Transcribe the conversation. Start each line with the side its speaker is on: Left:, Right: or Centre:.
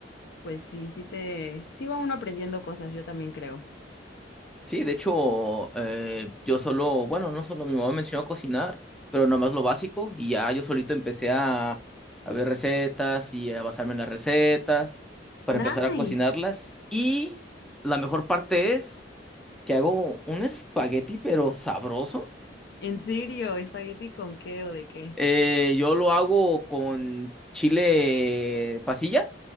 Left: pues sí, sí te, sí va uno aprendiendo cosas, yo también creo.
Centre: Sí, de hecho, eh, yo solo, bueno, no solo mi mamá me enseñó a cocinar, pero nomás lo básico y ya yo solito empecé a, a ver recetas y a basarme en las recetas para
Left: Nice.
Centre: empezar a cocinarlas. Y la mejor parte es que hago un espagueti, pero sabroso.
Left: ¿En serio? ¿Espagueti con qué o de qué?
Centre: Eh, yo lo hago con chile pasilla.